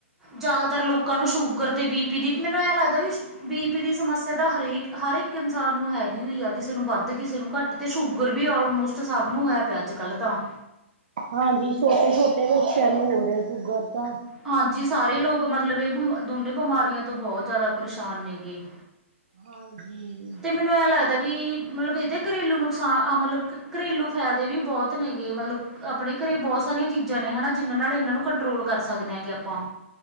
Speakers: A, in the centre; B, on the right.
A: ਜ਼ਿਆਦਾਤਰ ਲੋਕਾਂ ਨੂੰ ਸ਼ੂਗਰ ਤੇ ਬੀ-ਪੀ ਦੀ ਮੈਨੂੰ ਐ ਲੱਗਦਾ ਵੀ ਬੀ-ਪੀ ਦੀ ਸਮੱਸਿਆ ਤਾਂ ਹਰੇਕ ਹਰ ਇੱਕ ਇਨਸਾਨ ਨੂੰ ਹੈਂਗੀ ਉ ਆ ਕਿਸੇ ਨੂੰ ਵੱਧ ਕਿਸੇ ਨੂੰ ਘੱਟ ਤੇ, ਸ਼ੂ ਗੁਰ ਵੀ ਆਲਮੋਸਟ ਸਭ ਨੂੰ ਹੋਇਆਂ ਪਿਆ ਅੱਜ-ਕੱਲ੍ਹ ਤਾਂ।
B: ਹਾਂਜੀ, ਛੋਟੇ ਛੋਟੇ ਬੱਚਿਆਂ ਨੂੰ ਹੋ ਰਿਹਾਂ ਸ਼ੂਗਰ ਤਾਂ।
A: ਹਾਂਜੀ, ਸਾਰੇ ਲੋਕ ਮਤਲਬ ਇਹ ਬ ਦੋਨੇ ਬਿਮਾਰੀਆਂ ਤੋਂ ਬਹੁਤ ਜ਼ਿਆਦਾ ਪਰੇਸ਼ਾਨ ਨੇ ਗੇ।
B: ਹਾਂਜੀ।
A: ਮੈਨੂੰ ਇਹ ਲੱਗਦਾ ਵੀ ਮਲਬ ਇਹਦੇ ਘਰੇਲੂ ਨੁਕਸਾਨ ਅ ਮਲਬ ਘਰੇਲੂ ਫ਼ਾਇਦੇ ਵੀ ਬਹੁਤ ਨੇਗੇ ਮਲਬ ਆਪਣੇਂ ਘਰੇ ਬਹੁਤ ਸਾਰੀਆਂ ਚੀਜ਼ਾਂ ਨੇ ਹਨਾਂ ਜਿਹਨਾਂ ਨਾਲ ਇਹਨਾਂ ਨੂੰ ਕੰਟਰੋਲ ਕਰ ਸੱਕਨੇ ਹਾਂਗੇ ਆਪਾਂ।